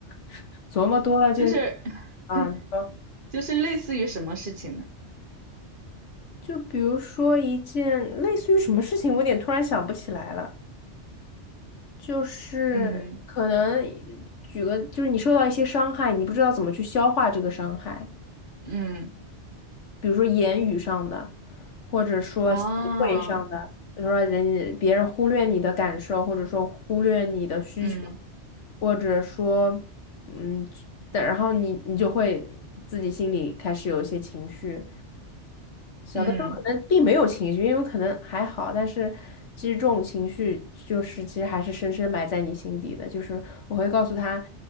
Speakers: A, on the left; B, on the right.
A: <laughs> 琢磨多了就，
B: 就是
A: 啊，
B: <laughs>
A: 你说，
B: 就是类似于什么事情呢？
A: 就比如说一件类似于什么事情，我有点突然想不起来了，就是可能
B: 嗯
A: 举个，就是你受到一些伤害，你不知道怎么去消化这个伤害。
B: 嗯
A: 比如说言语上的，或者说行为上的，
B: 哦，
A: 比如说人别人忽略你的感受，或者说忽略你的需求，
B: 嗯
A: 或者说，嗯，但然后你你就会自己心里开始有一些情绪。小的时候可能并没有情绪，
B: 嗯，
A: 因为可能还好，但是其实这种情绪就是其实还是深深埋在你心底的。就是我会告诉他，